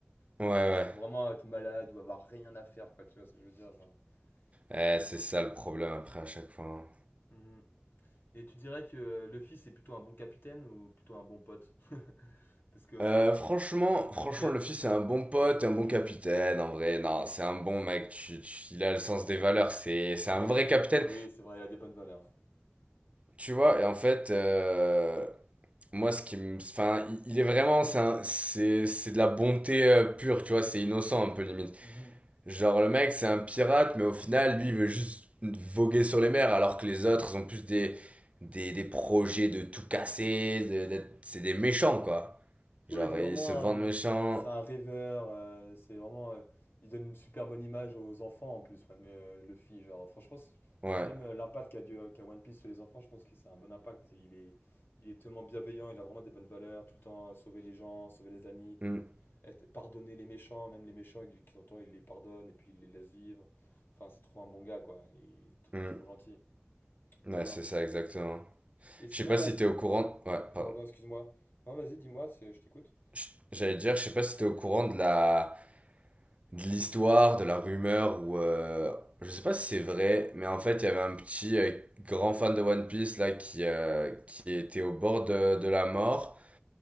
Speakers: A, on the right; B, on the left.
A: hein.
B: Mais
A: Ouais,
B: euh,
A: ouais,
B: faut vraiment être malade ou avoir rien à faire, quoi. Tu vois ce que je veux dire, genre.
A: Eh,
B: Sinon.
A: c'est ça le problème après à chaque fois. hein.
B: Mhm. Et tu dirais que euh, le fils est plutôt un bon capitaine ou plutôt un bon pote? Parce que euh,
A: Euh, franchement, franchement,
B: il a.
A: Luffy,
B: il-
A: c'est un bon pote, un bon capitaine, en vrai. Non, c'est un bon mec. Tu, tu- il a le sens des valeurs. C'est, c'est
B: Oui,
A: un vrai capitaine.
B: il oui, c'est vrai, il a des bonnes valeurs.
A: Tu vois, et en fait, euh, moi, ce qui me, enfin, il, il est vraiment, c'est un- c'est, c'est de la bonté euh, pure, tu vois. C'est innocent, un peu limite.
B: Mhm.
A: Genre, le mec, c'est un pirate, mais au final, lui, il veut juste voguer sur les mers, alors que les autres, ils ont plus des, des, des projets de tout casser, de, d'être- c'est des méchants, quoi.
B: Oui,
A: Genre,
B: c'est vraiment
A: ils se vendent
B: un,
A: méchants.
B: c'est un rêveur. euh, c'est vraiment, euh, il donne une super bonne image aux enfants en plus, One- euh, Luffy. Genre, franchement, c'est-
A: Ouais.
B: même euh, l'impact qu'a dû- qu'a One Piece sur les enfants, je pense que c'est un bon impact. Il est, il est tellement bienveillant, il a vraiment des bonnes valeurs, tout le temps euh, sauver les gens, sauver les amis,
A: Mm.
B: être- pardonner les méchants, même les méchants, il, de temps en temps, il les pardonne et puis il les laisse vivre. Enfin, c'est trop un bon gars, quoi. Il est,
A: Mhm.
B: il est trop gentil.
A: Ouais,
B: Non, non.
A: c'est ça, exactement.
B: Et sinon,
A: Je sais pas
B: euh,
A: si t'es au courant.
B: pa-
A: Ouais, pardon.
B: pardon, excuse-moi. Non, vas-y, dis-moi, c'est- je t'écoute.
A: Ch- J'allais dire, je sais pas si t'es au courant de la de l'histoire, de la rumeur ou euh, je sais pas si c'est vrai, mais en fait, il y avait un petit euh, grand fan de One Piece là qui euh, qui était au bord de, de la mort